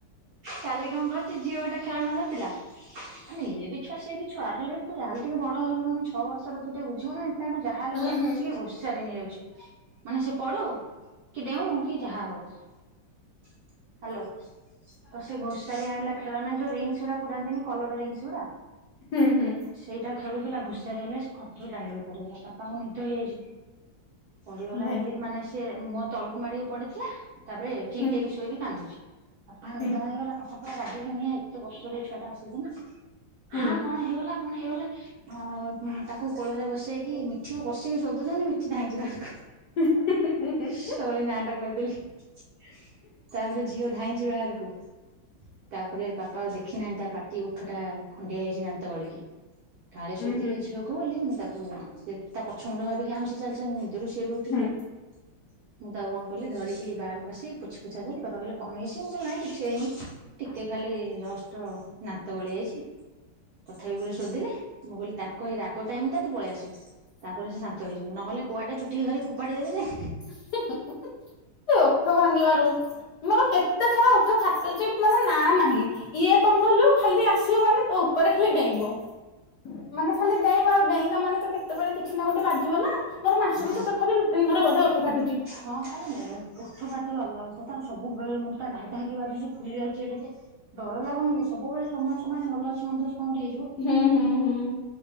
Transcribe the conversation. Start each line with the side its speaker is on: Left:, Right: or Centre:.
Right: କାଲି କଣ କରିଛି ଝିଅ ଗୋଟେ ଖେଳନା ଧରିଥିଲା ମାନେ ଇଏ ବି ଛୁଆ ସିଏ ବି ଛୁଆ ହେଲେ ବି ତୁ ଯା ହେଲେ ଟିକେ ବଡ ହେଲୁଣି ଛଅ ବର୍ଷର ତୁ ଟିକେ ବୁଝିବୁ ନା ନାଇଁ। ତାଠୁ ଯାହାହେଲେ
Left: ହଁ
Right: ଗୋଟେ କସିକି ଘୋଷାରିକି ନେଇଯାଉଛି ମାନେ ସେ ପଡୁ କି ଡେଉଁ କି ଯାହାହଉ ହ୍ୟାଲୋ ତ ସେ ଘୋଷାରି ଆଣିଲା ଖେଳନା ଯୋଉ ରିଙ୍ଗସ୍ ଗୁରା ପୁରାନ୍ତିନି କଲର୍ ରିଙ୍ଗସ୍ ଗୁରା
Left: ହୁଁ ହୁଁ।
Right: ସେଇଟା ଖେଳୁଥିଲା ଘୋଷାରି ଆଣିଲା ସେ ଖଟରୁ ଦାଲୋକି ପଡିଗଲା ବାପାଙ୍କୁ ନିଦ ହେଇଯାଇଛି ପଡିିଗଲା
Left: ଭାଇ
Right: ଯେଏନ୍ତି ମାନେ ସିଏ ମୁହଁ ତଳୁକୁ ମାଡି ହେଇକି ପଡିଥିଲା ତାପରେ ଚିତ୍
Left: ହୁଁ
Right: ହେଇକି ଶୋଇକି କାନ୍ଦୁଚି। ବାପା ଙ୍କ
Left: ହୁଁ
Right: ନିଦ
Left: ହୁଁ।
Right: ଭାଙ୍ଗିଗଲା ବାପା ପୁରା ରାଗିକି ନିଆଁ ଏତେ କଷ୍ଟରେ ଏ ଛୁଆଟା ଆସିଛି ନା
Left: ହୁଁ
Right: ହାଁ କଣ ହେଇଗଲା କଣ ହେଇଗଲା ଆଉ ଉଁ ତାକୁ କୋଳରେ ବସେଇକି ମିଠି କୁ କଷିକି ଶୋଧୁଛନ୍ତି ମିଠି ଧାଇଁଚି ବାହରକୁ।
Left: ଉଁ ହୁଁ ହୁଁ ହୁଁ ହୁଁ।
Right: ସରି ନାଁ ଟା କହିଦେଲି ତାପରେ ଝିଅ ଧାଇଁଛି ବାହାରକୁ। ତାପରେ ବାପା ଆଉ ଦେଖି ନାହାନ୍ତି ତା ପାଟି ଓଠ ଟା ଖଣ୍ଡିଆ ହେଇଛି ଦାନ୍ତ ଗଳିକି। କାଳେ ଶୋଧିବେ
Left: ହୁଁ ହୁଁ
Right: ଝିଅକୁ ବୋଲି ମୁଁ ତାକୁ ସେ ତା ପଛ ମୁୁଣ୍ଡ ଭାବିକି ଆଉଁସି ଚାଲିଚନ୍ତି ନିଦରୁ ସି ବି
Left: ହୁଁ
Right: ଉଠିଛନ୍ତି। ମୁଁ ତାକୁ କଣ କଲିି ଧରିକି ବାହାରକୁ ଆସିି ପୋଛି ପୁଛା ଦେଲିି ବାପା କହିଲେ କଣ ହେଇଛି ମୁଁ କହିଲି ନାଇଁ କିଛି ହେଇନି। ଟିକେ ଖାଲି ଜଷ୍ଟ ଦାନ୍ତ ଗଳି ଯାଇଛି। ତଥାପି ଗୁରେ ଶୋଧିଲେ ମୁଁ କହିଲି ତା କହେ ରାଗ ଟାଇମ୍ ଟା ତୁ ପଳେଇଆସିବୁ ତାପରେ ସେ ଶାନ୍ତ ହେଇଯିବେ ନହେଲେ କୁଆଡେ ଚୁଟିକି ଧରି ଫୋପାଡ଼ି ଦେବେ ଯେ
Left: ହୁଁ ହୁଁ ହୁଁ ହୁଁ ସେ ଓଠ ଭାଙ୍ଗିବାରୁ ମୋର କେତେ ଥର ଓଠ ଫାଟୁଛି ମାନେ ନା ନାହିଁ। ଇଏ କଣ କହିଲୁ ଖାଲି ଆସିବ ମାନେ ତୋ ଉପରେ ଖାଲି ଡେଇଁବ। ମାନେ ଖାଲି ଡେଇଁବ ଆଉ ଡେଇଁଲା ମାନେ ତ କେତେବେଳେ କିଛି ନା ଗୋଟେ ବାଜିବ ନା। ମୋର ମାସକୁ
Right: ହଁ।
Left: ତ ତଥାପି ଦି ତିିନି ଥର ବୋଧେ ଓଠ ଫାଟୁଛି।
Right: ହଁ ମାନେ ଉଠୁ ଫାଟିବା ଅଲଗା କଥା ତାର ସବୁବେଳେ ମୁଁଣ୍ଡଟା ଢ଼ାଇ ଢ଼ାଇକିରି ବାଜିୁଚି ଫୁଲି ଯାଇଚି ଏଡେଟେ। ଡର ଲାଗୁନି କି ସବୁବଳେ ସମୟ ସମାନ ଭଲ ଅଛି ମନ୍ଦ ଅଛି କଣ ଗୋଟେ ହେଇଯିବ।
Left: ହୁଁ ହୁଁ ହୁଁ।